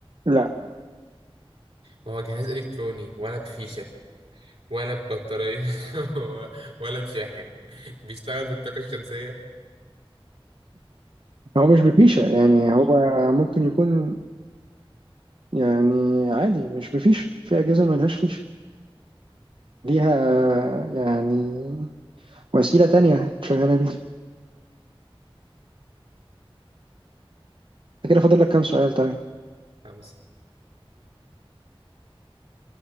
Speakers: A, on the right (about 60°); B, on the right (about 75°).
A: لا
B: ما هو جهاز إلكتروني ولا بفيشة ولا ببطارية <laughs> ولا بشاحن بيشتغل بالطاقة الشمسية
A: هو مش بفيشة يعني هو ممكن يكون يعني عادي مش بفيشة في أجهزة ملهاش فيشة ليها يعني وسيلة تانية تشغلها بيها انت كده فاضل لك كام سؤال طيب
B: خمسة